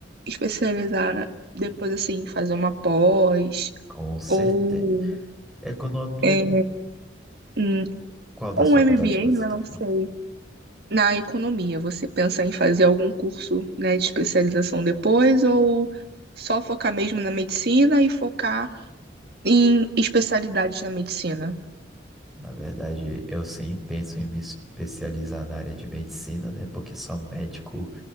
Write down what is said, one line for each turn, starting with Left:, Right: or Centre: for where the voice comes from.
Right: especializar depois, assim, fazer uma pós
Centre: Com certeza.
Right: ou,
Centre: Economia,
Right: é, um-
Centre: qual das
Right: ou
Centre: faculdades
Right: um MBA,
Centre: que você
Right: né,
Centre: está
Right: não
Centre: falando?
Right: sei, na economia. Você pensa em fazer algum curso, né, de especialização depois ou só focar mesmo na medicina e focar em especialidades na medicina?
Centre: Na verdade, eu sim penso em me especializar na área de medicina, né? Porque só médico,